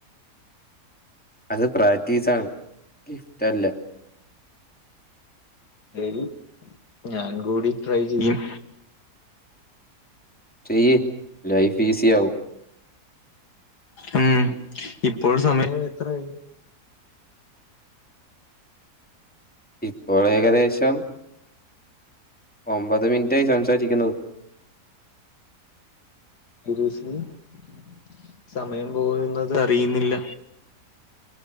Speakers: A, in the centre; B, on the left.
A: അത് പ്രാക്ടീസ് ആണ് ഗിഫ്റ്റ്ല്ല
B: ദേവീ ഞാനും കൂടി ട്രൈ ചെയ്യും
A: ചെയ്യ് ലൈഫ് ഈസി ആവും
B: ഉം ഇപ്പോൾ സമയം എത്രയി
A: ഇപ്പോൾ ഏകദേശം ഒമ്പത് മിനിറ്റായി സംസാരിക്കുന്നത്
B: <unintelligible> സമയം പോവൂന്നത് അറിയുന്നില്ല